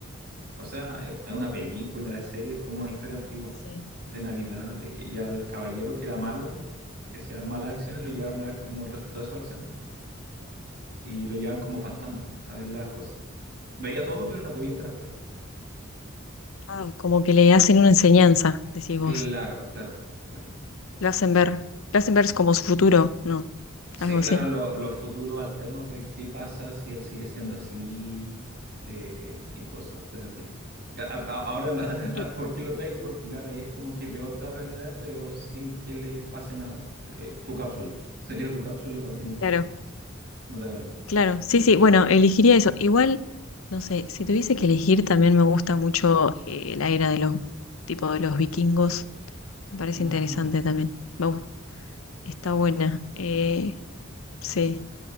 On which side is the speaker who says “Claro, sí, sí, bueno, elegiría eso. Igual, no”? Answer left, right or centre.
Left